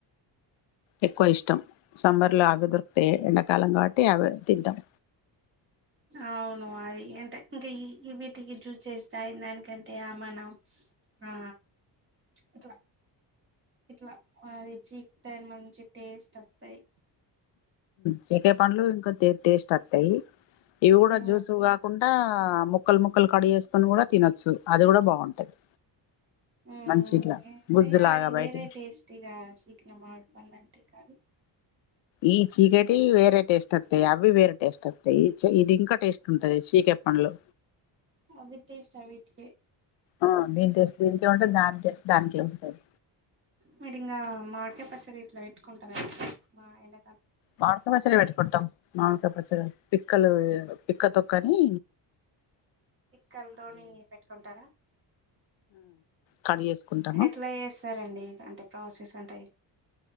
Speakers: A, on the left; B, on the right.
A: ఎక్కువ ఇష్టం సమ్మర్ లో అవే దొరుకుతాయి ఎండాకాలం కాబట్టి అవి తింటాం
B: అవును అది ఎంత ఇంకా ఈ ఈ వీటికి జ్యూస్ చేసి తాగే దానికంటే మనం ఆ ఇట్లా ఇట్లా అది చీకితే మంచి టేస్ట్ వస్తాయి
A: చికే పండ్లు ఇంకా కొద్ది టేస్ట్ వస్తాయి ఇవి కూడా
B: ఉమ్
A: జ్యూస్ కాకుండా ఆ ముక్కలు ముక్కలు కడుగు ఎసుకొని కూడా తినొచ్చు అది కూడా బాగుంటది
B: ఆ
A: మంచి ఇట్లా
B: ఉనే
A: గుజ్జులాగా
B: అది వేరే
A: బయటికి
B: టెస్ట్ ఇగ చికిన మామిడి పండ్లు అంటే కాదు
A: ఈ చీకెటివి వేరే టేస్ట్ వస్తాయి అవి వేరే టేస్ట్ వత్తాయి ఇది ఇంకా టేస్ట్ ఉంటాది చీకె పండ్లు
B: అవి టేస్టా వీటికి
A: ఆ దీని టేస్టే దీనికే ఉంటాది దాని టేస్ట్ దానికే ఉంటాది
B: మీరి ఇంకా మామిడికాయ పచ్చడి ఎట్లా పెట్టుకుంటారు అండి ఆ ఎండ
A: మామిడికాయ పచ్చడి పెట్టుకుంటాం మామిడి కాయ పచ్చడి పిక్కలు పిక్కతొక్కని..
B: పిక్కల తోని పెట్టుకుంటారా
A: కట్ చేసుకుంటాము
B: ఎట్లా చేస్తారండి అంటే ప్రాసెస్ ఉంటాయి